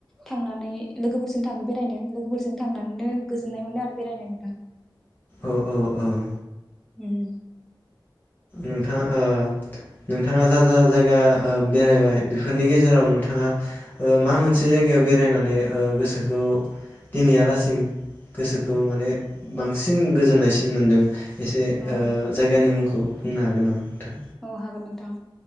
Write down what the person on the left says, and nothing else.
औ औ औ
नोंथां ओ नोंथाङा जा जा जायगा ओ बेरायबाय बेफोरनि गेजेराव नोंथाङा ओ मा मोनसे जायगायाव बेरायनानै ओ गोसोखौ दिनैआलासिम गोसोखौ माने बांसिन गोजोननायसिन मोनदों? एसे
जायगानि मुंखौ बुंनो हागोन नामा नोंथां?